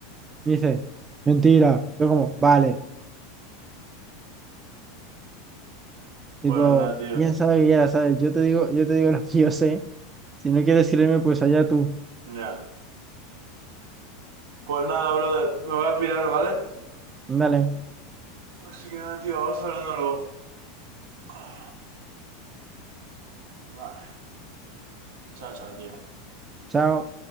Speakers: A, on the right (about 20°); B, on the right (about 60°).
A: Me dice, mentira. Yo como, vale. Tipo,
B: Bueno, nada, tío.
A: piensa lo que quieras, ¿sabes? Yo te digo, yo te digo <laughs> lo que yo sé. Si no quieres creerme, pues allá tú.
B: Ya. Pues nada, brother. Me voy a pirar, ¿vale?
A: Dale,
B: Así que nada, tío. Vamos hablando luego. Ah, Vale. Chao, chao, tío.
A: chao.